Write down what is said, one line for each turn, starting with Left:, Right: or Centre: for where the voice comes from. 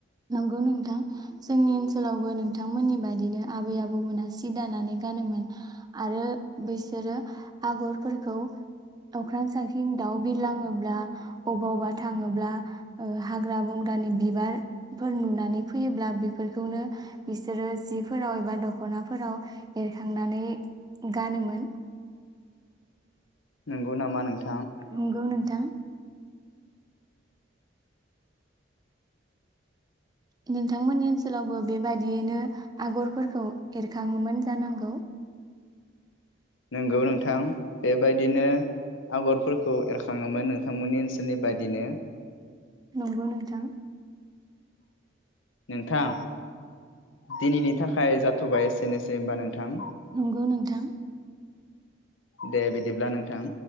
Right: नंगौ नोंथां जोंनि ओनसोलावबो नोंथांमोननि बायदिनो आबै आबौमोना सि दानानै गानोमोन आरो बेसोरो आगरफोरखौ अख्रां साथिं दाउ बिरलाङोब्ला अबावबा थाङोब्ला ओ हाग्रा बंग्रानि बिबार फोर नुनानै फैयोब्ला बेफोरखौनो बिसोरो जिफोराव एबा द'खनाफोराव एरखांनानै गानोमोन
Left: नंगौ नामा नोंथां
Right: नंगौ नोंथां नोंथांमोननि ओनसोलावबो बेबादियैनो आगरफोरखौ एरखाङोमोन जानांगौ
Left: नंगौ नोंथां बेबायदिनो आगरफोरखौ एरखाङोमोन नोंथांमोननि ओनसोलनि बायदिनो
Right: नंगौ नोंथां
Left: नोंथां दिनैनि थाखाय जाथ'बाय एसेनोसै होमबा नोंथां
Right: नंगौ नोंथां
Left: दे बिदिब्ला नोंथां